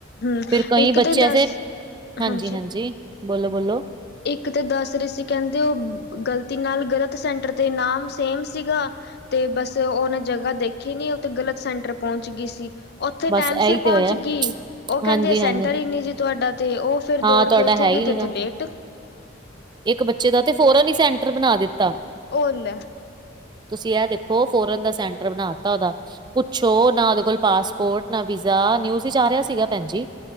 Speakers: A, on the left; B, on the right.
A: ਹੂੰ
B: ਫੇਰ ਕਈ
A: ਇੱਕ
B: ਬੱਚੇ
A: ਤੇ ਦਸ
B: ਐਸੇ, ਹਾਂਜੀ-ਹਾਂਜੀ।
A: ਹਾਂਜੀ
B: ਬੋਲੋ-ਬੋਲੋ।
A: ਇੱਕ ਤੇ ਦਸ ਰਏ ਸੀ, ਕਹਿੰਦੇ ਉਹ ਗ਼ਲਤੀ ਨਾਲ, ਗਲਤ ਸੈਂਟਰ ਤੇ, ਨਾਮ ਸੇਮ ਸੀਗਾ ਤੇ ਬਸ ਉਹਨੇ ਜਗ੍ਹਾ ਦੇਖੀ ਨੀ, ਉਹ ਤੇ ਗ਼ਲਤ ਸੈਂਟਰ ਪਹੁੰਚ ਗਈ ਸੀ। ਉਥੇ
B: ਬਸ
A: ਟਾਈਮ
B: ਇਹੀ
A: ਸਿਰ
B: ਤੇ
A: ਪਹੁੰਚ
B: ਹੋਇਆ
A: ਗਈ, ਉਹ ਕਹਿੰਦੇ
B: ਹਾਂਜੀ-ਹਾਂਜੀ
A: ਸੈਂਟਰ ਈ ਨੀ ਜੀ ਤੁਹਾਡਾ ਤੇ, ਉਹ ਫੇਰ
B: ਹਾਂ
A: ਦੌੜਕੇ
B: ਤੁਹਾਡਾ
A: ਓਥੇ
B: ਹੈ ਹੀ
A: ਗਈ ਤੇ,
B: ਨੀ ਗਾ
A: ਥੱਲੇ ਇੱਟ।
B: ਇੱਕ ਬੱਚੇ ਦਾ ਤੇ ਫੋਰਨ ਈ ਸੈਂਟਰ ਬਣਾ ਦਿੱਤਾ।
A: ਔ ਲੈ।
B: ਤੁਸੀਂ ਏਹ ਦੇਖੋ, ਫੋਰਨ ਦਾ ਸੈਂਟਰ ਬਣਾ ਤਾ ਉਹਦਾ। ਪੁੱਛੋ? ਨਾ ਉਹਦੇ ਕੋਲ ਪਾਸਪੋਰਟ, ਨਾ ਵੀਜ਼ਾ, ਨਿਊਜ਼ ਚ ਆ ਰਿਆ ਸੀਗਾ ਭੈਣਜੀ।